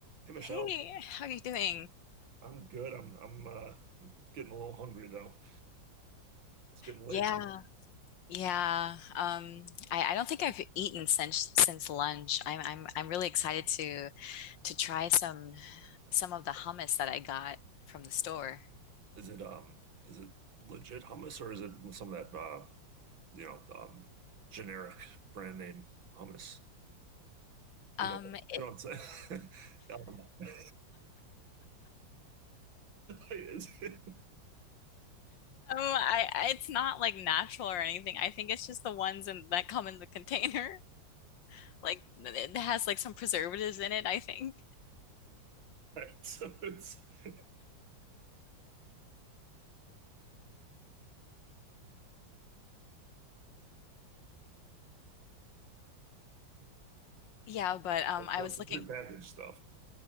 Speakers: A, on the right; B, on the left.
A: Hey Michelle,
B: Hey, how are you doing?
A: I'm good. I'm I'm uh I'm getting a little hungry though. It's getting
B: Yeah,
A: late.
B: yeah. Um, I, I don't think I've eaten since since lunch. I'm I'm I'm really excited to to try some some of the hummus that I got from the store.
A: Is it um is it legit hummus or is it with some of that uh you know um generic brand name hummus?
B: Um,
A: You know you
B: it,
A: know what I'm saying? <laughs> Um, <laughs> like, is it-
B: um, I, I it's not like natural or anything. I think it's just the ones in, that come in the container. <laughs> Like it has like some preservatives in it, I think.
A: right, so it's so
B: Yeah, but um,
A: it's
B: I was
A: the
B: looking.
A: prepackaged stuff.